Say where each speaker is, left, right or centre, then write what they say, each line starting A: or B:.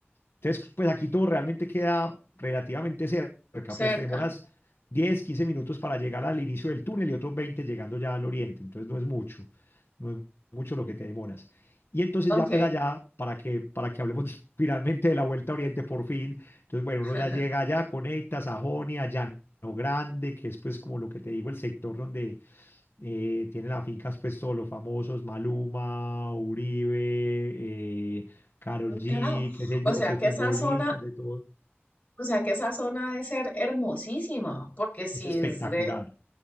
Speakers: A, on the left (about 65°); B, on the left (about 35°).
A: Entonces, pues aquí todo realmente queda relativamente cerca,
B: Cerca.
A: pues te demoras 10, 15 minutos para llegar al inicio del túnel y otros 20 llegando ya al oriente. Entonces no es mucho, no es mucho lo que te demoras. Y entonces
B: Ok.
A: ya pues allá, para que, para que hablemos <laughs> finalmente de la Vuelta a Oriente por fin, entonces bueno,
B: <laughs>
A: uno ya llega allá, conecta Sajonia, Llano Grande, que es pues como lo que te digo, el sector donde eh, tienen las fincas pues todos los famosos, Maluma, Uribe, eh, Karol G,
B: Carajo.
A: qué sé
B: O
A: yo,
B: sea
A: pues
B: que
A: futbolistas
B: esa zona,
A: de todo,
B: o sea que esa zona debe ser hermosísima, porque si
A: es espectacular,
B: es de,